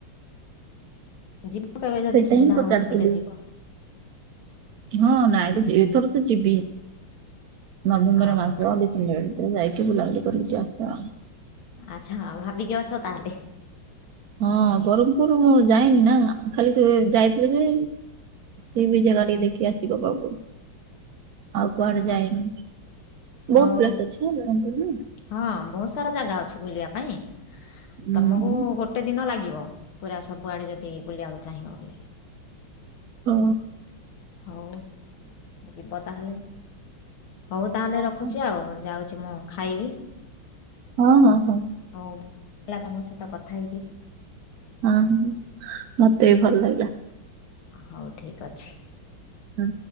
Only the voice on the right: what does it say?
ସେଟା
ହିଁ ପଚାରଥିଲି
ହଁ ନାଇଁ ତ ଯେ ଏଥର ତ ଯିବି। ନଭେମ୍ବର
ମାସ
ଡିସେମ୍ବର ଭିତରେ ଯାଇକି ବୁଲାବୁଲି କରିକି ଆସିବା ଆଉ।
ହଁ ବରହ୍ମପୁରୁ ମୁଁ ଯାଇନି ନା। ଖାଲି ସେ ଯାଇଥିଲି ଯେ ସି ବିଚ୍ ଜେଗା ଟିକେ ଦେଖି ଆସିବ ବାବୁ। ଆଉ କୁଆଡ଼େ
ଯାଇନି ବହୁତ
ପ୍ଲେସ୍ ଅଛି ବରହ୍ମପୁରୁରେ।
ହଁ
ହୁଁ।
ହଁ।
ହଁ
ହଁ ହଁ ହଁ।
ହଁ ହୁଁ ମତେ ବି ଭଲ ଲାଗିଲା।
ହୁଁ।